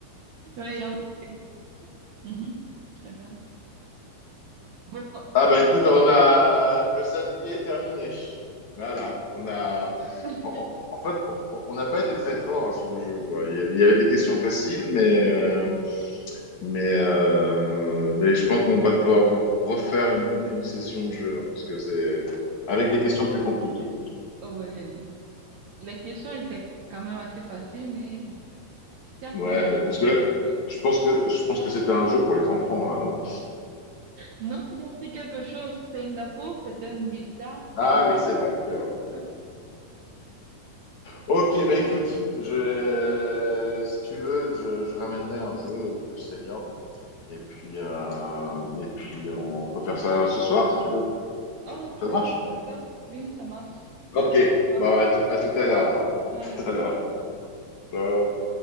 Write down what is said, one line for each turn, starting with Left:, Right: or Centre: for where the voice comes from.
Right: Oui, Yaoundé. Mhm. C'est ça. Bon. Oh,
Left: Ah bah écoute, on a le sablier terminé. Voilà, on a.
Right: <laughs>
Left: En, en- en fait, on on n'a pas été très fort hein, sur le jeu, quoi. Il y a- il y avait des questions faciles, mais euh, mais euh, mais je pense qu'on va devoir refaire une, une session de jeu hein, parce que c'est avec des questions plus compliquées.
Right: oh, ouais. Les questions étaient quand même assez faciles, mais j'ai appris
Left: Ouais, parce que
Right: deux,
Left: là,
Right: trois trucs.
Left: je pense que je pense que c'était un jeu pour les enfants là, non?
Right: Non, j'ai appris quelque chose. Singapour, c'est un État
Left: Ah
Right: pays.
Left: oui, c'est vrai, c'est vrai.
Right: Hein?
Left: Ok, bah écoute,
Right: Ok.
Left: je, euh, si tu veux, je, je ramènerai un jeu plus senior. Et puis, euh, et puis, on peut faire ça ce soir, si tu veux.
Right: Oh, ouais,
Left: Ça marche?
Right: d'accord. Oui, ça marche.
Left: Ok,
Right: J'attends pas.
Left: bah, à, à tout à l'heure alors.
Right: Ouais,
Left: <laughs> Tout
Right: c'est
Left: à l'heure. Ciao.